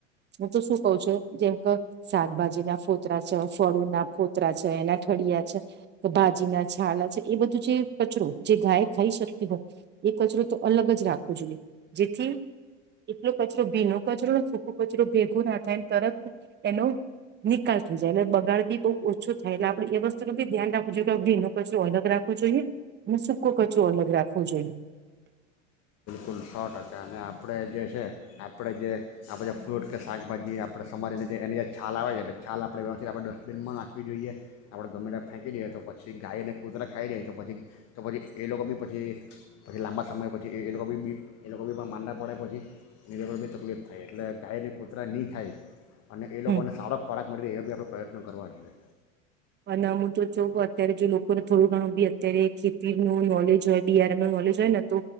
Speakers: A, on the right; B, on the left.
A: હું તો શું કહઉ છું જેમ કે શાકભાજી ના ફોતરા છે ફળો ના ફોતરા છે એના થળિયા છે, કે ભાજી ના છાલા છે એ બધું જે કચરો જે ગાય ખાઈ શકતી હોય એ કચરો તો અલગ જ રાખવું જોઈએ જેથી એટલો કચરો ભીનો કચરો સૂકો કચરો ભેગો ના થાયને તરફ એનો નિકાલ થઈ જાય એટલે બગાડ ભી બહુ ઓછો થાય, એટલે આપણે એ વસ્તુ ન બી ધ્યાન રાખવું જોઈએ કે ભીનો કચરો અલગ રાખવો જોઈએ, અને સૂકો કચરો અલગ રાખવો જોઈએ.
B: કલ સો ટકા અને આપણે જે છે આપણે જે આપણે જે ફ્રૂટ કે શાકભાજી આપણે સમારીને જે એની જે છાલ આવે છે, છાલ આપણે વ્યવસ્થિત આપણે ડસ્ટબિનમાં નાખવી જોઈએ આપણે ગમેને ફેંકી દઈએ તો પછી ગાયને કૂતરા ખાઈ દઈએ તો પછી તો પછી એ લોકો બી પછી પછી લાંબા સમય પછી એ લોકો બી બી એ લોકો બીમાં માંડા પડે પછી એની બી તકલીફ થાય એટલે ગાયને કૂતરા નહીં, ખાય અને એ
A: હમ
B: લોકોને સારો ખોરાક મળી રહે એવા બી આપણે પ્રયત્નો કરવા જોઈએ.
A: અને હું તો ચઉં અત્યારે જો લોકોને થોડું ઘણું બી અત્યારે ખેતીનું નોલેજ હોય, બિયારાનું નોલેજ હોય ને તો